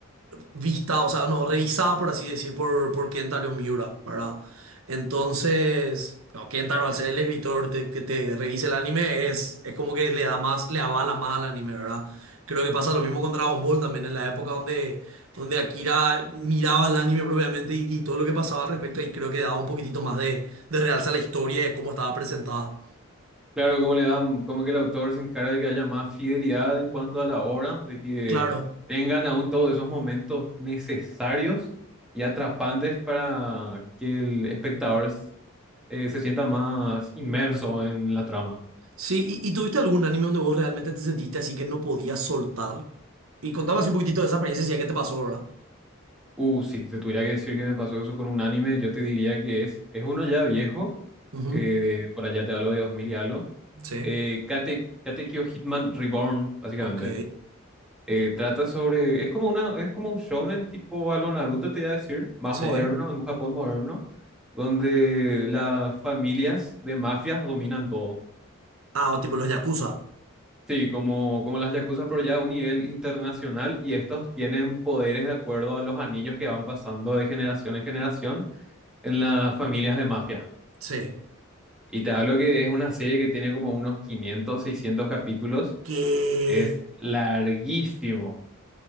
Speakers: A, on the right; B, in the centre.
A: vista, o sea, no, revisada, por así decir, por, por Kentaro Miura, ¿verdad? Entonces, no, Kentaro, al ser el escritor te- que te revise el anime, es, es como que le da más, le avala más al anime, ¿verdad? Creo que pasa lo mismo con Dragon Ball también, en la época donde, donde Akira miraba el anime propiamente y, y todo lo que pasaba al respecto, y creo que daba un poquitito más de, de realza a la historia y de cómo estaba presentada.
B: Claro, como le dan, como que el autor se encarga de que haya más fidelidad en cuanto a la obra, de que
A: Claro.
B: tengan aún todos esos momentos necesarios y atrapantes para que el espectador eh, se sienta más inmerso en la trama.
A: Sí, ¿y, y tuviste algún anime donde vos realmente te sentiste así que no podías soltar? Y contame así un poquitito de esa experiencia y qué te pasó, ¿verdad?
B: Uh, si te tuviera que decir que me pasó eso con un anime, yo te diría que es, es uno ya viejo,
A: Ujú,
B: eh, de- por allá te hablo de 2000 y algo,
A: Sí,
B: eh, Kate, Katekyo Hitman Reborn, básicamente.
A: ok,
B: Eh, trata sobre, es como una, es como un shonen tipo a lo Naruto, te iba a decir, más
A: sí.
B: moderno, en un Japón moderno, donde las familias de mafias dominan todo.
A: Ah, o tipo los Yakuza.
B: Sí, como, como las yakuza, pero ya a un nivel internacional, y estos tienen poderes de acuerdo a los anillos que van pasando de generación en generación en las familias de mafia.
A: Sí.
B: Y te hablo que es una serie que tiene como unos quinientos seiscientos capítulos,
A: ¡Qué,
B: es larguísimo.